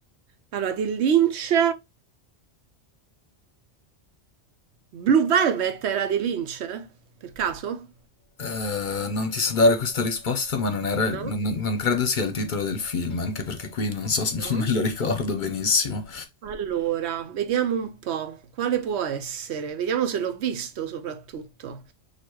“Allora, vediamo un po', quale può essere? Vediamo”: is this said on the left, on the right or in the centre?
Right